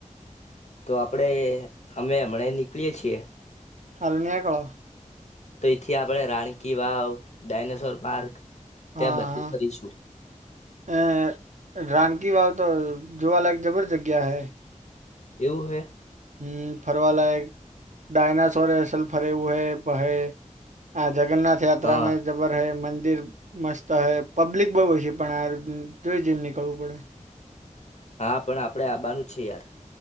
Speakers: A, on the left; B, on the right.
A: તો આપડે હમે અમણે નીકળીએ છીએ.
B: હારુ નેકળો.
A: તો એથી આપણે રાણકી વાવ, ડાયનાસોર પાર્ક
B: હા
A: ત્યાં બધી
B: હા
A: કરીશું.
B: અ રાનકી વાવ તો જોવાલાયક જબર જગ્યા હૈ.
A: એવુ હે?
B: હમ, ફરવા લાયક. ડાયનાસોર હસલ ફરે એવું હે. પહે આ જગન્નાથ યાત્રામાં
A: હા
B: જબર હૈ મંદિર મસ્ત હૈ, પબ્લિક બહુ હછી પણ આ જોઈ જઈને નીકળવું પડે.
A: હા, પણ આપડે આવાનું છે યાર.